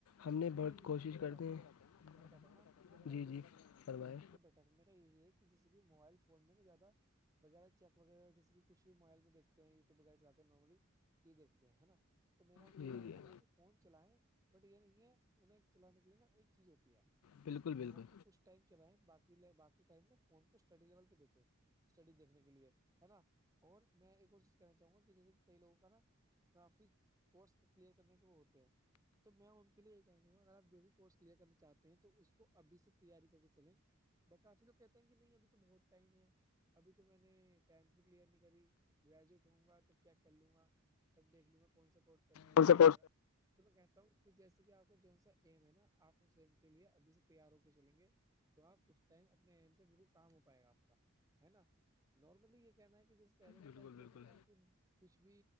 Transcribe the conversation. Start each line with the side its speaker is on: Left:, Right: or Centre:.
Left: ہم نے
Right: نہیں
Left: بڑ کوشش
Right: میں بتاتا
Left: کرتے
Right: ہوں
Left: ہیں
Right: نا میں بتاتا ہوں نا آپ کو کیوں بھٹک
Left: جی
Right: رہے
Left: جی
Right: ہو
Left: فرمائیں
Right: ان کے بھٹکنے کا یہی ایک جیسے کہ موبائل فون میں نا زیادہ وغیرہ چیک وغیرہ جیسے کچھ موبائل میں دیکتے ہیں یوٹیوب وغیرہ جاتے نارملی یہی دیکھتے ہیں ہے نا تو میرا ان
Left: جی
Right: کو یہی
Left: جی
Right: کہنا ہے کہ فون چلائیں بٹ یہ نہیں ہے انہیں چلانے کے لیے نا ایک چیز ہوتی ہے
Left: بالکل
Right: جیسے کہ
Left: بالکل
Right: فون کو کچھ ٹائم چلائایاقی ٹائم ن فون کو اسٹڈی لیول پہ دیکھیں اسٹڈی دیکھنے کے لیے ہے نا اور میں ایک اورز کہنا چاہوں گا کہ جیسے کئی لوگوں کا نا کافی کورس کلیئر کرنے کے وہ ہوتے ہیں تو میں ان کے لیے اگر آپ جو بھی کورس کلیئر کرنا چاہتے ہیں تو اس کو ابھی سے تیاری کر کے چلیں ب کافی لوگ کہتے ہیں کہ نہیں اب تو بہت ٹائم ہے ابھی تو میں نے ٹینھ میں کلیئر نہیں کری گریجویٹ ہوں گا تو چیک کر لوں گا تب دیکھ لوں گا کون سا کورس کرنا ہے
Left: اور
Right: وغیرہ
Left: سب
Right: وغیرہ تو میں کہتا ہوں کہ جیسے کہ آپ جو سا ایم ہے نا آپ اس ایم کے لیے ابھی سے تیار ہو کے چلیں گے تو آپ اس ٹائم اپنےڈ پہ بالکل کام ہو پائے گا آپ کا ہے نا نارملی یہ کہنا ہے کہ جیسے پہلے کے
Left: بالکل
Right: ٹائم جو
Left: بالکل
Right: ہوتا تھا نا کہ کچھ بھی